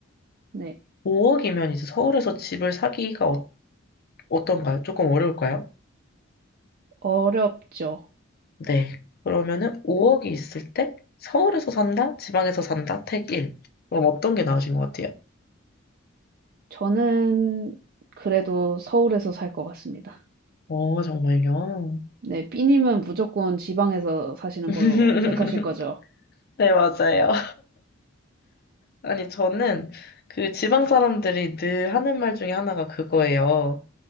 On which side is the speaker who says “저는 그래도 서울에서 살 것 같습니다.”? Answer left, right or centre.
Right